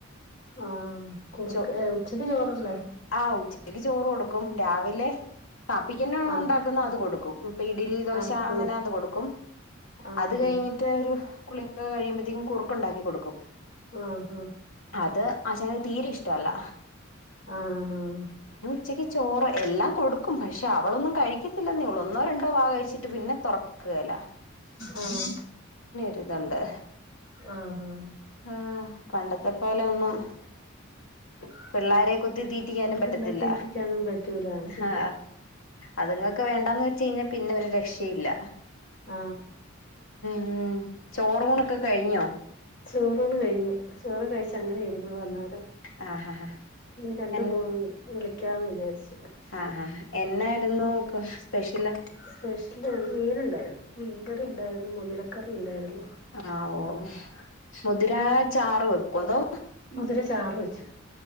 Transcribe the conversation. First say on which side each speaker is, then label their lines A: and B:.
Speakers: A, on the left (about 60°); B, on the left (about 80°).
A: ആ കുറുക്ക്
B: ചോ
A: ഏഹ് ഉച്ചക്ക് ചോറല്ലേ
B: ആഹ് ഉച്ചക്ക് ചോറ് കൊടുക്കും രാവിലെ കാപ്പിക്കെന്നാണോ
A: ആഹ്
B: ഇണ്ടാക്കുന്നെ അത് കൊടുക്കും. ഇപ്പ ഇഡ്ഡലി ദോശ
A: ആഹ് കുളു
B: അങ്ങനെ അത് കൊടുക്കും
A: ആഹ്
B: അത് കഴിഞ്ഞിട്ട് ഒരു കുളികെ കഴിയു അ കുറുക്കുണ്ടാക്കി കൊടുക്കും
A: ആഹ് ആഹ്
B: അത് അഛൻന് തീരെ ഇഷ്ടമല്ല
A: ആഹ ആഹ്
B: പിന്നെ ഉച്ചക്ക് ചോറ് എല്ലാം കൊടുക്കും പക്ഷേ അവളൊന്നും കഴിക്കത്തില്ലന്നെ ഉള്ളൂ. ഒന്നോ രണ്ടോ വാ കഴിച്ചിട്ട് പിന്നെ തൊറക്ക്കേല
A: ഉം
B: ഇത്ണ്ട്
A: ആഹ് ഹാ
B: ആ പണ്ടത്തെ പോലെ ഒന്നും
A: <unintelligible>
B: പിള്ളാരെ കുത്തി തീറ്റിക്കാനും പറ്റത്തില്ല
A: പിള്ളേരെ തീറ്റിക്കാനും പറ്റൂല അത്
B: ആഹാ
A: ശരിയാ
B: അത്ങ്ങക്ക് വേണ്ടന്ന് വെച്ച് കഴിഞ്ഞാൽ പിന്നെ ഒരു രക്ഷയില്ല
A: ആ
B: മ്മ് ചോറൂണെക്കെ കഴിഞ്ഞോ
A: ചോറൂണ് കഴിഞ്ഞു ചോറ് കഴിച്ച് അങ്ങനെ ഇര്ന്നത അന്നേരം
B: ആഹ്
A: നീ രണ്ടു
B: എൻ
A: കേൾ വിളിക്കാന്ന് വിചാരിച്ച്
B: ആഹ് ആഹ് എന്നായിരുന്നു സ്പെഷ്യല്
A: സ്പെഷ്യലിന്ന് മീൻണ്ടായിരുന്നു മീൻകറി ഉണ്ടായിരുന്നു മുതിരക്കറി ഉണ്ടായിരുന്നു
B: ആ ഓ മുതിരാ ചാറ് വെക്കും അതോ
A: മുതിര ചാറ് വെച്ച്